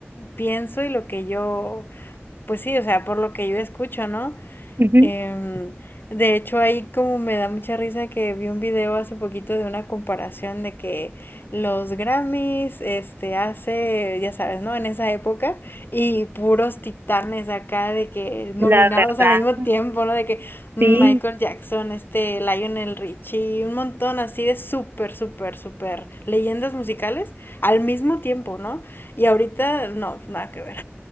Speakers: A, on the left; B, on the right.
A: pienso y lo que yo, pues sí, o sea, por lo que yo escucho, ¿no?
B: Ujú.
A: Em, de hecho, ahí como me da mucha risa que vi un video hace poquito de una comparación de que los Grammys, este, hace, ya sabes, ¿no? En esa época, y puros titanes acá de que nominados
B: La verdad,
A: al mismo tiempo, ¿no? De que Michael
B: sí,
A: Jackson, este, Lionel Richie, un montón así de súper, súper, súper leyendas musicales al mismo tiempo, ¿no? Y ahorita, no, nada que ver.